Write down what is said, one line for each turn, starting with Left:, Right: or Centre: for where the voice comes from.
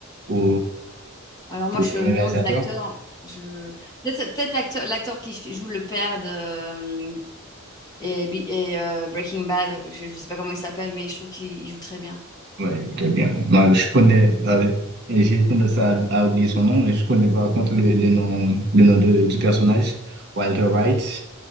Right: ou,
Left: Alors moi,
Right: ou
Left: je, le
Right: un réalisateur,
Left: nom des acteurs, je... Peut-être peut-être l'acteur l'acteur qui f- joue le père de... euh, Et, Bi- et, euh, Breaking Bad, je, je sais pas comment il s'appelle, mais je trouve qu'il il joue très bien.
Right: ouais, très bien. Moi, je connais, euh, et j'ai tendance à, à oublier son nom, mais je connais par contre le, le nom, le nom de- du personnage, Walter White.